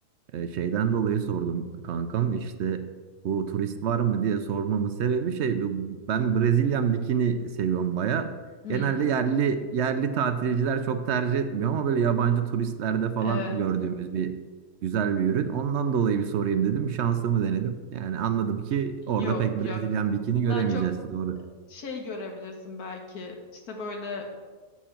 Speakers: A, on the right (about 65°); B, on the left (about 80°).
A: E, şeyden dolayı sordum kankam işte bu turist var mı diye sormamın sebebi şey bu- ben Brezilyan bikini seviyorum baya.
B: Hmm,
A: Genelde yerli yerli tatilciler çok tercih etmiyor ama böyle yabancı turistlerde falan
B: evet.
A: gördüğümüz bir güzel bir ürün. Ondan dolayı bir sorayım dedim. Şansımı denedim. Yani anladım ki
B: Yok
A: orada pek Brezilyan
B: yok.
A: bikini göremeyeceğiz.
B: Daha çok
A: Doğru.
B: şey görebilirsin belki. İşte böyle